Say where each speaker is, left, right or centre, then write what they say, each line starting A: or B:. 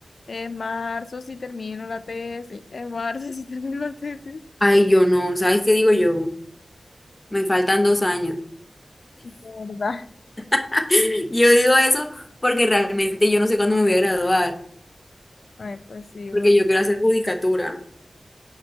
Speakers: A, on the left; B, on the left.
A: en marzo si termino la tesis, en marzo <laughs> si termino la tesis,
B: ay, yo no, ¿sabes qué digo yo? Me faltan dos años.
A: de verdad.
B: <laughs> Yo digo eso porque realmente yo no sé cuándo me voy a graduar,
A: Ay, pues sí,
B: porque yo quiero hacer judicatura.